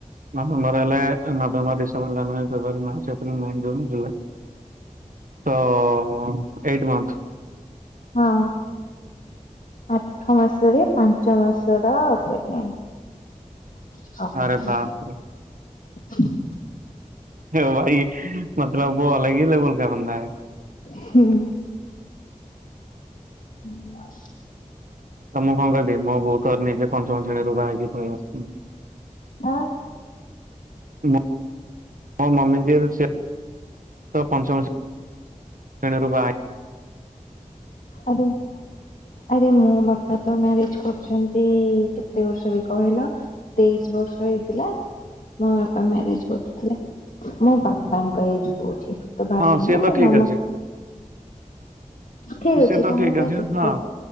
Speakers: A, on the right; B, on the left.
A: ନଭେମ୍ବର ହେଲେ November, December, January, February, March, April, May, June, July. ତଅ ଏଇଟ୍ ମନ୍ଥ।
B: ହଁ। ଆଠ ମାସରେ ପାଞ୍ଚ ମାସର ପେମେଣ୍ଟ। <unintelligible>
A: ଆରେ ବାପରେ ହେ ଭାଇ ମତଲବ ବୋ ଅଲଗ ହି ଲେବଲ କା ବନ୍ଦା ହେ।
B: ହୁଁ <unintelligible>
A: ତ ମୁଁ କଣ କହିବି, ମୋ ବୋଉ ତ ନିଜେ ପଞ୍ଚମ ଶ୍ରେଣୀରୁ ବା ହେଇକି ପଳେଇ ଆସିଚି।
B: ଆଁ
A: ମୋ ମୋ ମମିି ଦିହରୁ ସେ, ପଞ୍ଚମ ଶେ, ଶ୍ରେଣୀରୁ ବା
B: ଆଜ୍ଞା ଆରେ ମୋ ବାପା ତ ମ୍ୟାରେଜ କରିଛନ୍ତି କେତେ ବର୍ଷରେ କହିଲ? ତେଇଶି ବର୍ଷ ହେଇଥିଲା? ମୋ ବାପା ମ୍ୟାରେଜ୍ କରଥିଲେ, ମୋ ବାପାଙ୍କ ଏଜ ହଉଚି ତୁ ଭାବିନେ
A: ହଁ ସିଏ ତ
B: ମୋ
A: ଠିକ
B: ମାମା
A: ଅଛି।
B: ଠିକ ଅଛି
A: ସେ ତ
B: ତମକୁ
A: ଠିକ ଅଛି
B: ଆସି ସବ୍
A: ହଁ।